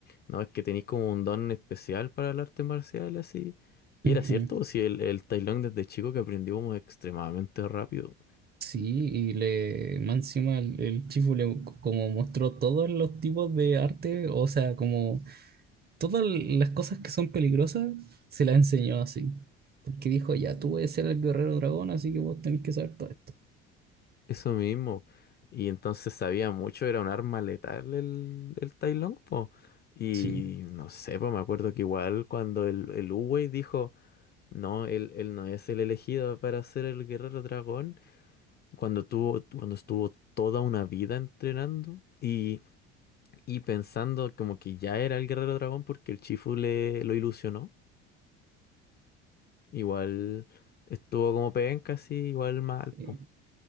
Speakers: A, on the left; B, on the right.
A: no, es que tenéis como un don especial para el arte marcial así. Y
B: Ujú.
A: era cierto, si el, el Tai Lung desde chico que aprendió como extremadamente rápido.
B: Sí, y le, más encima el, el Chifu le como mostró todos los tipos de arte, o sea, como todas las cosas que son peligrosas, se las enseñó así. Porque dijo, ya tú eres el guerrero dragón, así que vos tenés que saber todo esto.
A: Eso mismo. Y entonces sabía mucho, era un arma letal el, el Tai Lung, po. Y
B: Sí.
A: no sé, pues me acuerdo que igual cuando el, el Uwei dijo, no, él, él no es el elegido para ser el guerrero dragón, cuando tuvo, cuando estuvo toda una vida entrenando y, y pensando como que ya era el guerrero dragón porque el Chifu le lo ilusionó, igual estuvo como penca, así, igual mal,
B: sí.
A: po.